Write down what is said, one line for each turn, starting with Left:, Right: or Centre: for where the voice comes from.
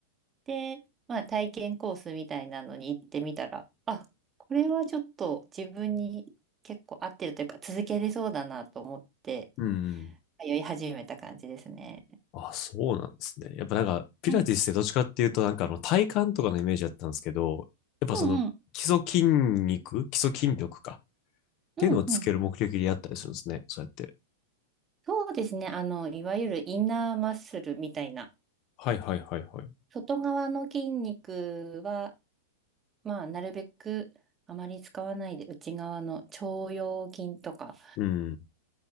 Right: で、まあ体験コースみたいなのに行ってみたら、あ、これはちょっと自分に結構合ってるというか続けれそうだなと思って
Left: うんうん。
Right: 通い始めた感じですね。
Left: あ、そうなんですね。やっぱなんか、ピラティスってどっちかっていうと、
Right: うん
Left: なんかあの体幹とかのイメージだったんですけど、やっぱその基礎筋肉、
Right: うん
Left: 基礎筋力かっていうのをつける目的でやったりするんですね。
Right: うんうんうん。
Left: そうやって。
Right: そうですね。あの、いわゆるインナーマッスルみたいな。
Left: はいはいはいはい。
Right: 外側の筋肉は、まあ、なるべくあまり使わないで内側の腸腰筋とか、
Left: うん。